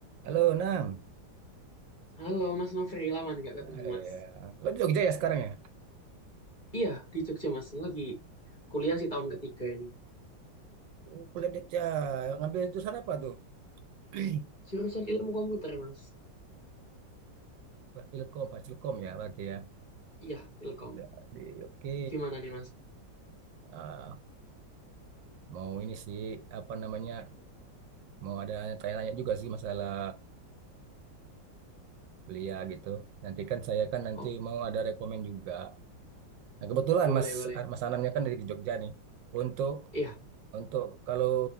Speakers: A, on the right; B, on the left.
A: Halo, Nam.
B: Halo Mas Nofri, lama nih gak
A: Eh,
B: ketemu Mas.
A: ya. Lo di Jogja ya sekarang ya?
B: Iya, di Jogja Mas, lagi kuliah sih tahun ketiga ini.
A: Oh, Kuliah di Jogja. Ngambil jurusan apa tuh? <clears throat>
B: Jurusan ilmu komputer Mas.
A: Fasilkom, Fasilkom ya berarti ya.
B: Iya, Ilkom.
A: Ya, Di, oke.
B: Gimana nih Mas?
A: Ah, mau ini sih, apa namanya, mau ada tanya-tanya juga sih masalah kuliah gitu. Nanti kan saya kan nanti
B: Oh,
A: mau ada rekomen juga. Nah, kebetulan
B: boleh,
A: Mas
B: boleh.
A: ah, Mas Anamnya kan dari di Jogja nih. Untuk
B: Iya.
A: untuk kalau